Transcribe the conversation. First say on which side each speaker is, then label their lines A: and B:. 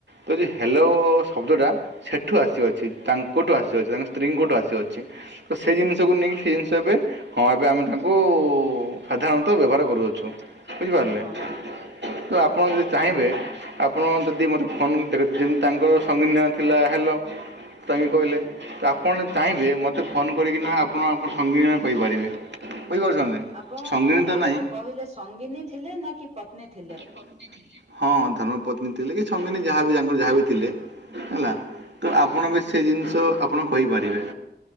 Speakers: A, on the right; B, on the right.
A: ଯଦି ହାଲୋ ଶବ୍ଦଟା ସେଠୁ ଆସିଅଛି ତାଙ୍କଠୁ ଆସିଅଛି ତାଙ୍କ ସ୍ତ୍ରୀଙ୍କଠୁ ଆସିଅଛି ତ ସେ ଜିନି ଷ କୁ
B: ହଁ
A: ନେଇକି ସେ ଜିନିଷ ଏବେ ହଁ ଏବେ ଆମେ ତାଙ୍କୁ ସାଧାରଣତଃ ବ୍ୟବହାର କରୁଅଛୁ। ବୁଝିପାରିଲେ।
B: ହଁ ହଁ
A: ତ
B: ହଁ
A: ଆପଣ ଯଦି ଚାହିଁବେ ଆପଣ ଯଦି ମୋତେ ଫୋନ୍ ଯେମିତି ତାଙ୍କର ସଙ୍ଗୀନ ଥିଲା ହାଲୋ, ତାଙ୍କେ କହିଲେ ତ ଆପଣ ଯଦି ଚାହିଁବେ ମୋତେ ଫୋନ୍ କରିକିନା ଆପଣ ଆପଣ ଙ୍କ ସଙ୍ଗୀନୀ ନାଁ କହିପାରିବେ। ବୁଝିପାରୁଛନ୍ତି
B: ଆପଣ
A: ସଙ୍ଗିନୀ ତ
B: ଏଇଟା
A: ନାହିଁ
B: ଯୋଉ କହିଲେ ସଙ୍ଗିନୀ ଥିଲେ ନା କି ପତ୍ନୀ ଥିଲେ?
A: ପତ୍ନୀ ଥିଲେ। ହଁ ଧର୍ମ ପତ୍ନୀ ଥିଲେ କି ସଙ୍ଗୀନି ଯାହାବି ତାଙ୍କର ଯାହାବି ଥିଲେ। ହେଲା। ତ ଆପଣ ବି ସେ ଜିନିଷ
B: ହଁ
A: ଆପଣ
B: ହଁ
A: କହିପାରିବେ।